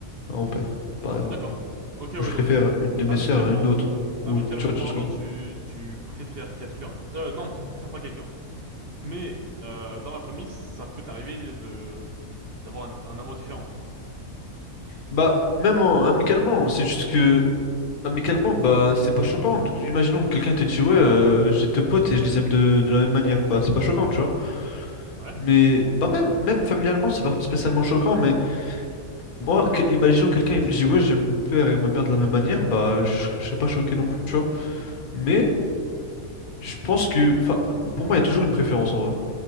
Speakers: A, on the left; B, on the right.
A: à mon père, par exemple.
B: d'accord.
A: tu vois.
B: Ok, ouais,
A: Ou je préfère
B: donc,
A: une de mes
B: amicalement,
A: sœurs à une autre. Ou
B: amicalement
A: je- tu vois, tu
B: parlant,
A: vois ce que je veux
B: tu,
A: dire.
B: tu préfères quelqu'un. Euh, non, tu ne préfères pas quelqu'un, mais euh, dans la famille, ça peut t'arriver de, d'avoir un un amour différent.
A: Bah, même en- amicalement, c'est juste que amicalement, bah, c'est pas choquant. Donc, Imaginons que quelqu'un te dit, ouais, euh, j'ai deux potes et je les aime de, de la même manière. Bah, c'est pas choquant, tu vois.
B: Ouais.
A: Mais, bah, même, même familialement, c'est pas spécialement choquant. Mais moi, que- imaginons quelqu'un, il me dit, ouais, j'aime mon père et ma mère de la même manière. Bah, je je serais pas choqué non plus, tu vois. Mais je pense que, enfin, pour moi, il y a toujours une préférence en vrai.